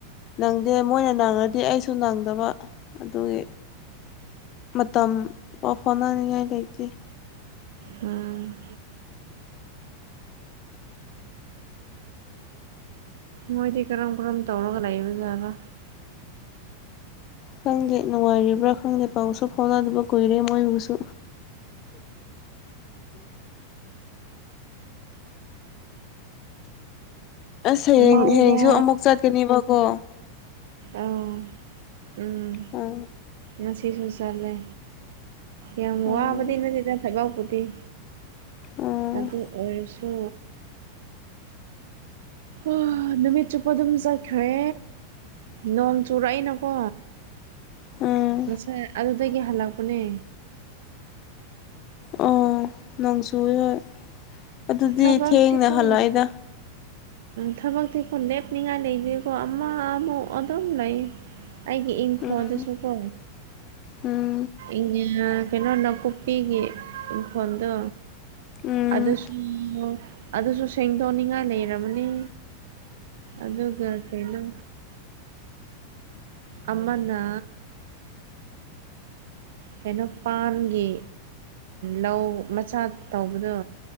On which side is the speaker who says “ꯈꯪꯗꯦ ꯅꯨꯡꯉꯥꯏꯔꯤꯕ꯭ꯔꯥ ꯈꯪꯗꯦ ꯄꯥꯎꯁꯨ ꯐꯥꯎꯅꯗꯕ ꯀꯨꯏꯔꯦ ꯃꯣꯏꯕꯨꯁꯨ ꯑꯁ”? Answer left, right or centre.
Left